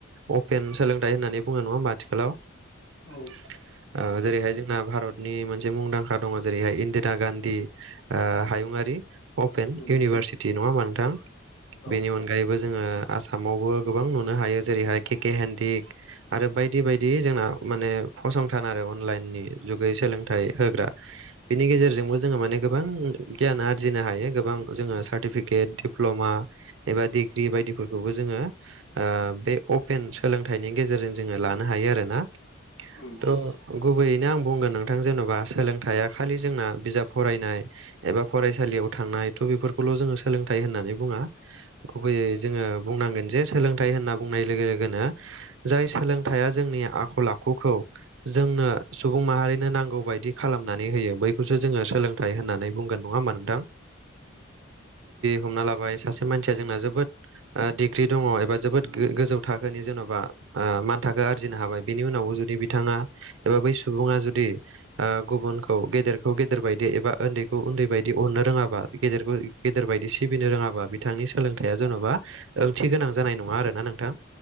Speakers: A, on the right; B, on the left.
A: अपेन सोलोंथाइ होननानै बुङो न आथिखालाव
B: औ
A: जेरैहाय जोंना भारतनि मोनसे मुंदांखा दङ जेरैहाय इन्दिरा गान्धी हायुङारि अपेन
B: उम
A: इउनिभारसिटि नङा होमबा नोंथां
B: औ
A: बेनि अनगायैबो जोङो आसामावबो गोबां नुनो हायो जेरैहाय केके हन्डक आरो बायदि बायदि जोंना माने फसंथान आरो अनलाइननि जुगै सोलोंथाइ होग्रा। बिनि गेजेरजोंबो जोङो माने गोबां गियाना आरजिनो हायो गोबां जोङो सार्टिफिकेट दिडप्ल'मा एबा डिग्रि बायदिफोरखौबो जोङो बे अपेन सोलोंथाइनि गेजेरजों जोङो लानो हायो आरोना
B: उम
A: थ' गुबैयैनो आं बुंगोन नोंथां जेन'बा सोलोंथाइै खालि जोंना बिजाब फरायनाय एबा फरायसालियाव थांनाय थ' बेफोरखौल' जोङो सोलोंथाइ होननानै बुङा गुबैयै जोङो बुंनांगोन जे सोलोंथाइ होनना बुंनाय लोगो लोगोनो जाय सोलोंथाइया जोंनि आखल आखुखौ जोंनो सुबुं माहारिनो नांगौ बायदि बिदि खालामनानै जोंनानै नोंथ हमना लाबाय सासे मानसिया जोंना जोबोद फाख्रि दङ एबा जोबोद गोजौ थाखोनि जेन'बा मान थाखो आरजिनो हाबाय बेनि उनावबो जुदि बिथाङा बा बै सुबुा जुदि गुबुन गेदेरखौ गेदेर बायदि एबा उन्दैखौ उन्दै बायदि अननो रोङाबा गेेरखौ गेदेर बायदि सिबिनो रोङाबा बा बिथांनि सोलोंथाइया जेन'बा ओंथि गोनां जानाय नङा आरो ना नोंथां